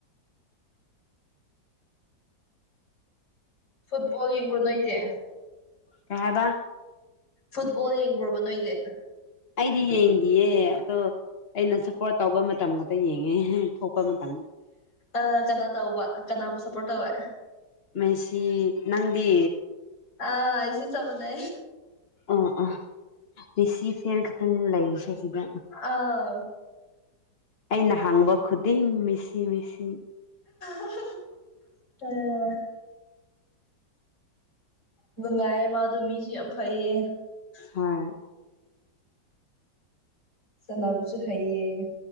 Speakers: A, on the left; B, on the left.
A: ꯐꯨꯠꯕꯣꯜ ꯌꯦꯡꯕ꯭ꯔꯣ ꯅꯣꯏꯗꯤ
B: ꯀ ꯍꯥꯏꯕ
A: ꯐꯨꯠꯕꯣꯜ ꯌꯦꯡꯕ꯭ꯔꯣꯕ ꯅꯣꯏꯗꯤ
B: ꯑꯩꯗꯤ ꯌꯦꯡꯗꯤꯌꯦ ꯑꯗꯣ ꯑꯩꯅ ꯁꯞꯄꯣꯔꯠ ꯇꯧꯕ ꯃꯇꯝ ꯈꯛꯇ ꯌꯦꯡꯉꯦ ꯊꯣꯛꯄ ꯃꯇꯝ
A: ꯑ ꯀꯅꯥ ꯇꯧꯕ ꯀꯅꯥꯕꯨ ꯁꯞꯄꯣꯔꯠ ꯇꯧꯋꯦ
B: ꯃꯦꯁꯤ ꯅꯪꯗꯤ
A: ꯑ ꯑꯩꯁꯨ ꯆꯃꯅꯦ
B: ꯑ ꯑꯥ ꯅꯤꯁꯤ ꯐꯦꯟ ꯈꯛꯇꯪ ꯂꯩꯔꯤꯁꯦ ꯁꯤꯗ
A: ꯑꯥ
B: ꯑꯩꯅ ꯍꯥꯡꯕ ꯈꯨꯗꯤꯡ ꯃꯤꯁꯤ ꯃꯤꯁꯤ
A: <unintelligible> ꯅꯨꯡꯉꯥꯏꯌꯦ ꯃꯥꯗꯣ ꯃꯤꯁꯨ ꯌꯥꯝ ꯐꯩꯌꯦ
B: ꯍꯣꯏ
A: ꯁꯅꯥꯕꯨꯁꯨ ꯍꯥꯏꯩꯌꯦ